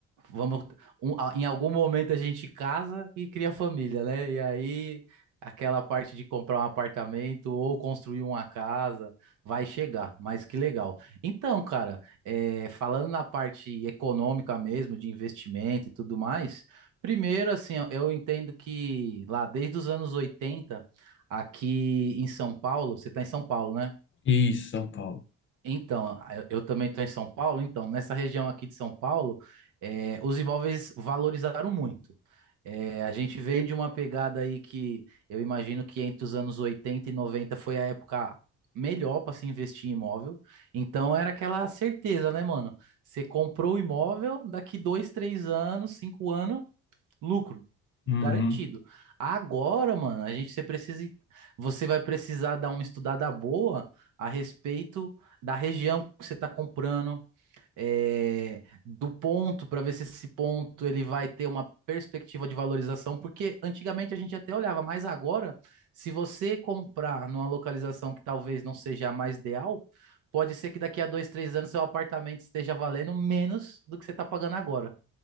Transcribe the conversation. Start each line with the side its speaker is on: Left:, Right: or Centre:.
Right: vamos, um- a- em algum momento a gente casa e cria família, né? E aí aquela parte de comprar um apartamento ou construir uma casa vai chegar, mas que legal. Então, cara, é, falando na parte econômica mesmo, de investimento e tudo mais. Primeiro, assim, eu eu entendo que lá desde os anos 80 aqui em São Paulo, você está em São Paulo, né?
Left: Isso, São Paulo.
Right: Então, eu, eu também estou em São Paulo, então, nessa região aqui de São Paulo, eh, os imóveis valorizaram muito. Eh, a gente vem de uma pegada aí que eu imagino que entre os anos 80 e 90 foi a época melhor para se investir em imóvel. Então, era aquela certeza, né, mano? Você comprou o imóvel, daqui dois, três anos, cinco anos lucro
Left: Uhum.
Right: garantido. Agora, mano, a gente você precisa você vai precisar dar uma estudada boa a respeito da região que você está comprando, é, do ponto para ver se esse ponto ele vai ter uma perspectiva de valorização, porque antigamente a gente até olhava, mas agora, se você comprar numa localização que talvez não seja a mais ideal, pode ser que daqui a dois, três anos seu apartamento esteja valendo menos do que você está pagando agora.